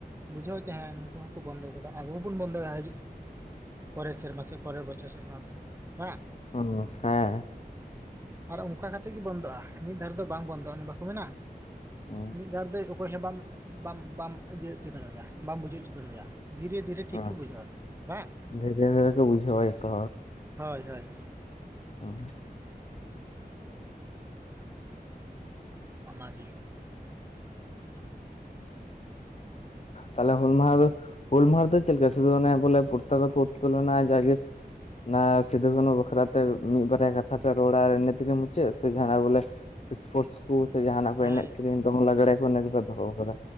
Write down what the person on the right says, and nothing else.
ᱵᱩᱡᱷᱟᱹᱣ ᱪᱟᱦᱮ ᱱᱩᱠᱩ ᱦᱚᱸᱠᱚ ᱵᱚᱱᱫᱚ ᱟᱠᱟᱫᱟ᱾ ᱟᱵᱚ ᱦᱚᱸ ᱵᱚᱱ ᱵᱚᱱᱫᱚ ᱭᱟ ᱦᱤᱡᱩᱜ ᱯᱚᱨᱮᱨ ᱥᱮᱨᱢᱟ ᱥᱮᱫ ᱯᱚᱨᱮᱨ ᱵᱚᱪᱷᱚᱨ ᱥᱮᱫ ᱠᱷᱚᱱᱟᱜ ᱫᱚ ᱵᱟᱝ᱾
ᱟᱨ ᱚᱱᱠᱟ ᱠᱟᱛᱮᱫ ᱜᱮ ᱵᱚᱱᱫᱚᱜᱼᱟ᱾ ᱢᱤᱫ ᱫᱷᱟᱣ ᱨᱮᱫᱚ ᱵᱟᱝ ᱵᱚᱱᱫᱚᱜᱼᱟ ᱚᱱᱮ ᱵᱟᱠᱚ ᱢᱮᱱᱟ᱾
ᱢᱤᱫ ᱵᱟᱨ ᱫᱚ ᱚᱠᱚᱭ ᱦᱚᱸ ᱵᱟᱢ ᱵᱟᱢ ᱵᱟᱢ ᱤᱭᱟᱹ ᱚᱪᱚ ᱫᱟᱲᱮᱟᱭᱟ᱾ ᱵᱟᱢ ᱵᱩᱡᱷᱟᱹᱣ ᱚᱪᱚ ᱫᱟᱲᱮᱟᱭᱟ ᱫᱷᱤᱨᱮ ᱛᱤᱨᱮ ᱴᱷᱤᱠ
ᱠᱤᱱ ᱵᱩᱡᱷᱟᱹᱣᱟ ᱵᱟᱝ
<inaudible>
ᱦᱚᱭ ᱦᱚᱭ ᱦᱚᱭ᱾
ᱚᱱᱟ ᱜᱮ <inaudible>
ᱦᱮᱸ